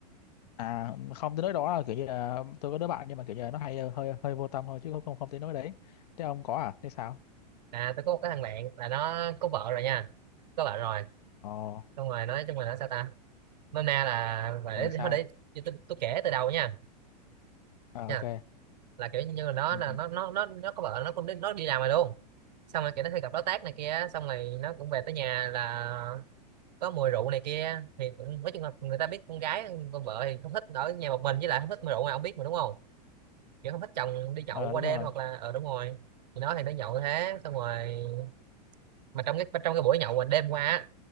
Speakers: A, on the left; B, on the right.
A: À, không tới nói đó là kiểu như là tôi có đứa bạn nhưng mà kiểu như là nó hay ờ, hơi hơi vô tâm thôi chứ không không, không tới nói đấy. Thế ông có à? Thế sao?
B: À tôi có một cái thằng bạn là nó có vợ rồi nha, có vợ rồi,
A: Ồ,
B: xong rồi nói chung là nó sao ta? Nôm na là
A: ừ
B: để
A: sao?
B: thôi để tôi, tôi, tôi kể từ đầu nha,
A: À
B: nha
A: ok.
B: là kiểu như là nó
A: Ừ.
B: là nó nó nó nó có vợ nó cũng đi, nó đi làm rồi luôn, xong rồi kiểu nó hay gặp đối tác này kia, xong rồi nó cũng về tới nhà là có mùi rượu này kia thì cũng- nói chung là người ta biết con gái con vợ thì không thích ở nhà một mình với lại không thích mùi rượu này ông biết mà đúng không kiểu không thích chồng đi nhậu
A: Ờ
B: qua
A: đúng
B: đêm
A: rồi.
B: hoặc là ở đúng rồi thì nó thì nó nhậu thế xong rồi mà trong cái trong cái buổi nhậu mà đêm qua á,